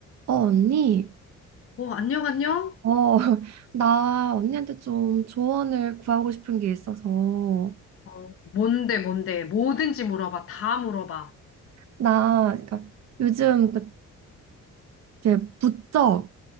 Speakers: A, on the right; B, on the left.
A: 어, 언니,
B: 어, 안녕, 안녕?
A: 어, <laughs> 나 언니한테 좀 조언을 구하고 싶은 게 있어서,
B: 어, 뭔데, 뭔데? 뭐든지 물어봐. 다 물어봐.
A: 나, 그러니까 요즘 그렇게 부쩍